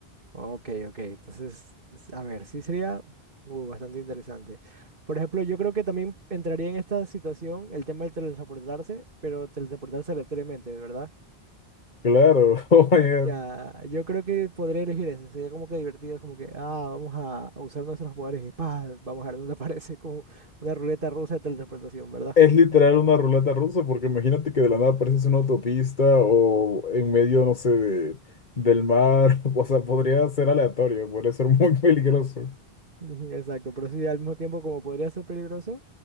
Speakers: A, on the right; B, on the left.
A: Ok, ok. Entonces, s- a ver, sí sería uh, bastante interesante. Por ejemplo, yo creo que también entraría en esta situación el tema de teletransportarse, pero teletransportarse aleatoriamente, ¿verdad?
B: Claro, <laughs> oh my God.
A: Ya, yo creo que podría elegir ese. Sería como que divertido, es como que, ah, vamos a, a usar nuestros poderes y pa, vamos a ver dónde <laughs> aparece como una ruleta rusa de teletransportación, ¿verdad?
B: Es literal una ruleta rusa, porque imagínate que de la nada apareces en una autopista o en medio, no sé, de- del mar. <laughs> O sea, podría ser aleatorio, podría ser muy <laughs> peligroso,
A: Ujú, Exacto, pero sí, al mismo tiempo como podría ser peligroso,